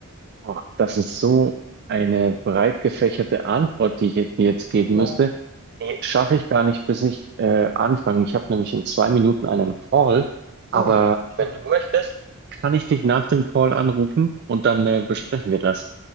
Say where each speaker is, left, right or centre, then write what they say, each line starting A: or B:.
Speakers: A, on the right; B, on the right.
A: Oh, das ist so eine breit gefächerte Antwort, die ich dir jetzt geben
B: Ja.
A: müsste. Die schaffe ich gar nicht, bis ich äh, anfange. Ich habe nämlich in zwei Minuten einen Call, aber
B: Oh, schade.
A: wenn du möchtest, kann ich dich nach dem Call anrufen und dann äh, besprechen wir das.